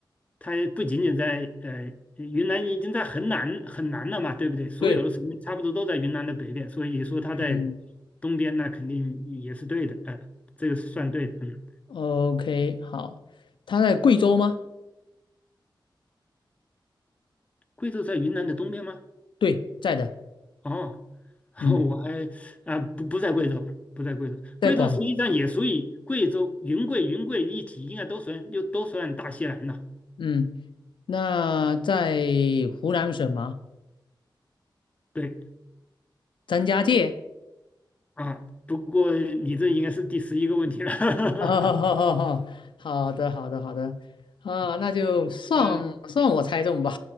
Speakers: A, on the left (about 15°); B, on the left (about 75°).
A: 它不仅仅在呃，云南已经在很南很南了嘛，对不对？所有的省份差不多都在云南的北边，
B: 对，
A: 所以说它在
B: 嗯
A: 东边那肯定也是对的，呃，这个是算对的。嗯，
B: ，OK，好，他在贵州吗？
A: 贵州在云南的东边吗？
B: 对，在的，
A: 哦，<laughs>
B: 嗯，
A: 我还啊不不在贵州，不在贵州，
B: 在广，
A: 贵州实际上也属于贵州、云贵、云贵一体，应该都算又都算大西南了。
B: 嗯，那在湖南省吗？
A: 对
B: 张家界，
A: 啊，不过你这应该是第十一个问题了。<laughs>
B: <laughs> 哈哈哦，好好好好的，好的，好的，啊，那就算算我猜中吧，
A: 嗯嗯